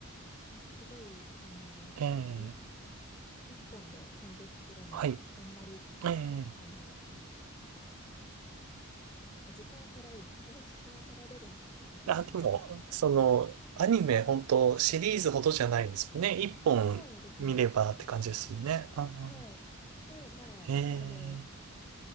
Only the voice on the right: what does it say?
ええ、
はい。
ええ。
あ、でも、
その、アニメ、本当シリーズほどじゃないですよね。一本見ればって感じですよね。
うん
ええ。